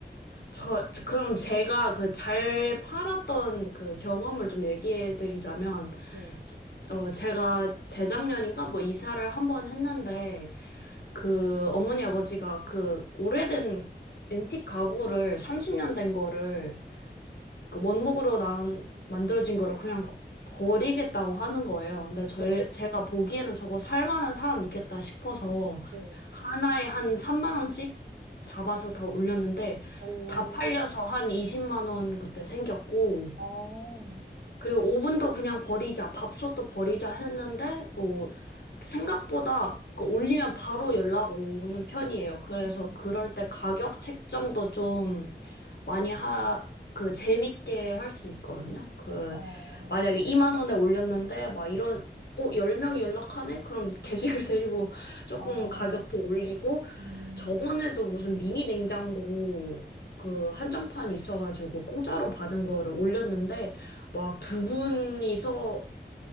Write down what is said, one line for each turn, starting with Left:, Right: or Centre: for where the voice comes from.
Left: 저, 그럼 제가 그 잘 팔았던 그 경험을 좀 얘기해 드리자면,
Right: 네,
Left: 어, 제가 재작년인가 뭐 이사를 한 번 했는데, 그 어머니 아버지가 그 오래된 앤틱 가구를 30년 된 거를 그 원목으로 난 만들어진 거를 그냥 버리겠다고 하는 거예요. 근데 저,
Right: 네,
Left: 제가 보기에는 저거 살 만한 사람 있겠다 싶어서
Right: 네.
Left: 하나에 한 3만 원씩 잡아서 다 올렸는데
Right: 오,
Left: 다 팔려서 한 20만 원 그때 생겼고
Right: 아,
Left: 그리고 오븐도 그냥 버리자, 밥솥도 버리자 했는데, 뭐, 생각보다 그 올리면 바로 연락 오는 편이에요. 그래서
Right: 음,
Left: 그럴 때 가격 책정도 좀 많이 하, 그 재밌게 할 수 있거든요. 그,
Right: 아,
Left: 만약에 2만 원에 올렸는데, 막 이런, 어, 10명이 연락하네? 그럼 게시글 <laughs> 데리고 조금
Right: 아,
Left: 가격도 올리고,
Right: 음,
Left: 저번에도 무슨 미니 냉장고 그 한정판 있어가지고 공짜로 받은 거를 올렸는데, 막 두 분이서